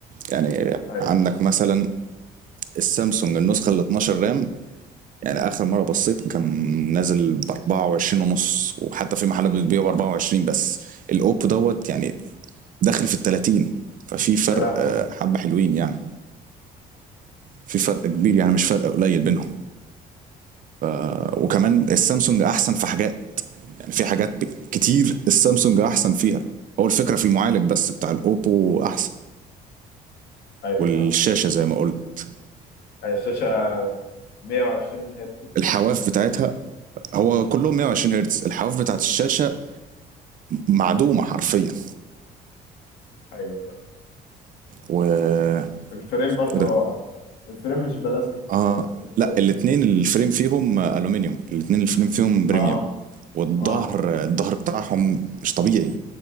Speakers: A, on the right (about 50°); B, on the left (about 80°).
A: يعني
B: ايوه
A: عندك مثلا السامسونج النسخه ال 12 رام يعني اخر مره بصيت كان نازل ب 24 ونص وحتى في محلات بتبيعه ب 24 بس الاوب دوت يعني داخل في ال 30 ففي فرق
B: يا لهوي
A: آه، حبه حلوين يعني في فرق كبير يعني مش فرق قليل بينهم آه، وكمان السامسونج احسن في حاجات يعني في حاجات ب- كتير السامسونج احسن فيها هو الفكره في المعالج بس بتاع الاوبو احسن
B: ايوه
A: والشاشه
B: فاهمك
A: زي ما قلت
B: هي الشاشة 120 هرتز
A: والحواف
B: تقريبا
A: بتاعتها هو كلهم 120 هرتز الحواف بتاعت الشاشه معدومه حرفيا
B: ايوه فاهم
A: و
B: والفريم برضو
A: وده
B: الفريم مش بلاستيك
A: اه
B: هو الفريم
A: لا
B: ذات
A: الاثنين الفريم فيهم الومنيوم الاثنين الفريم فيهم بريميوم
B: اه
A: والظهر
B: اه
A: الظهر بتاعهم مش طبيعي